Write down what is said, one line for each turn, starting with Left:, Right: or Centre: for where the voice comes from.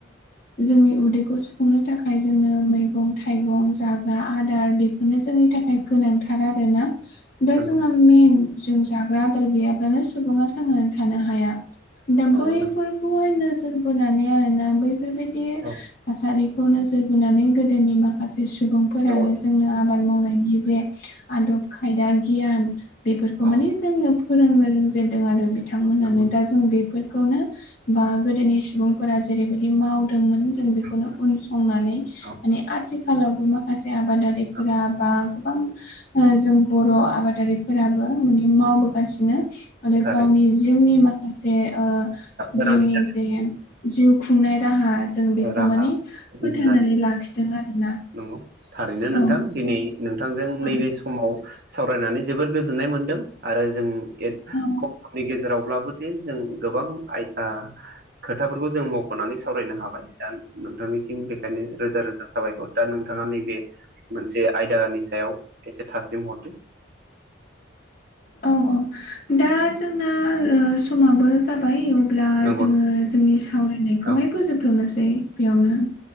Left: जोंनि उदैखौ सुफुंनो थाखाय जोंनो मैगं थाइगं जाग्रा आदार बे बेनो जोंनि थाखाय गोनांथार आरो ना
Right: नंगौ
Left: जोंहा मेन जों जाग्रा आदार गैयाब्लानो सुबुङा थांनानै थानो हाया दा
Right: नंगौ
Left: बैफोरखौहाय
Right: नोंथां
Left: नोजोर बोनानै आरोना बैफोरबायाददि
Right: औ
Left: थासारिखौ नोजोर बोनानै गोदोनि माखासे सुबुंफोरानो
Right: नंगौ नोंथां
Left: जोंनो आबाद मावनायनि जे आदब खायदा गियान बेफोरखौ माने
Right: औ
Left: जोंनो फोरोंनो रोंजेनदों आरो बिथांमोनानो
Right: नंगौ
Left: दा जों बेफोरखौनो बा गोदोनि सुबुंफोरा जेरैबायदि माव जों
Right: नोंथां
Left: बेनो उन संनानै मान
Right: औ
Left: आथिखालावबो माखासे माखासे आबादारिफोरा
Right: औ
Left: बा गोबां जों बर' आबादारिफोराबो माने मावबोगासिनो आरो
Right: थारैनो
Left: गावनि जिउनि माखसे गासे ओ
Right: गोनांथि
Left: जिउनि
Right: जानाय
Left: जे जिउ खुंनाय राहा जों बेखौ
Right: औ राहा
Left: माने फोथांनानै
Right: दिहुननानै
Left: लाखिदों आरोना
Right: नंगौ थारैनो नोंथां
Left: औ
Right: दिनै नोंथांजों
Left: औ
Right: नैबे समाव सावरायनानै जोबोर गोजोननाय मोनदों आरो जों
Left: औ
Right: खनि गेजेरावब्लाबो जे जों गोबां आय खोथाफोरखौ जों मख'नानै सावरायनो हाबाय दा नोंथांनिसिम बेखायनो रोजा रोजा साबायखर दा नोंथाङा नैबे मोनसे आयदानि सायाव एसे थासलिम हरदो
Left: औ औ दा जोंना समाबो जाबाय अब्ला
Right: नंगौ
Left: जोङो जोंनि सावरायनायखौहाय
Right: औ
Left: फोजोबथनोसै बेयावनो